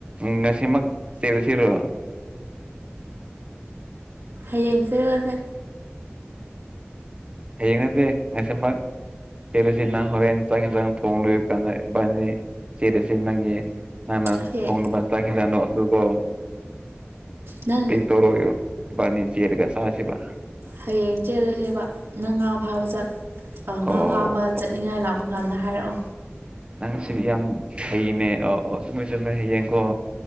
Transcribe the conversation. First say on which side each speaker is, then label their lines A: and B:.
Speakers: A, on the right; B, on the right.
A: ꯉꯁꯤꯃꯛ ꯆꯦꯔꯨꯁꯤꯔꯣ
B: ꯍꯌꯦꯡ ꯆꯦꯠꯂꯁꯦ
A: ꯍꯌꯦꯡ ꯅꯠꯇꯦ ꯉꯁꯦꯝꯕ ꯆꯦꯠ ꯑꯁꯤ ꯅꯪ ꯍꯣꯔꯦꯟ ꯆꯥꯛ ꯌꯦꯟ ꯆꯥꯡ ꯊꯣꯡ ꯂꯣꯏꯕ ꯀꯥꯟꯗꯕꯥꯅꯤ ꯆꯦꯠ ꯑꯁꯤ ꯅꯪꯒꯤ ꯅ
B: ꯍꯌꯦꯡ
A: ꯊꯣꯡꯁ ꯇ ꯈꯖ ꯀꯣ
B: ꯅꯪ
A: ꯏ ꯇꯧꯔꯣ ꯕꯅꯤ ꯆꯦꯔꯒ ꯁꯥꯁꯤꯕ
B: ꯍꯌꯦꯡ ꯆꯦꯜꯂꯁꯦꯕ ꯅꯪꯥ ꯐꯥꯕ ꯆꯠ ꯉꯥ
A: ꯑꯣ
B: ꯐꯥꯕ ꯆꯠꯅꯤꯡꯉꯥꯏ ꯂꯥꯛꯄ ꯀꯥꯟꯗ ꯍꯥꯏꯔꯛꯑꯣ
A: ꯅꯪ ꯁꯤꯗꯤ ꯌꯥꯝ ꯍꯩꯅꯦ ꯑ ꯑꯣ ꯆꯨꯝꯃꯦꯣꯏ ꯆꯨꯝꯃꯦꯣꯏ ꯍꯩꯌꯦꯡꯀꯣ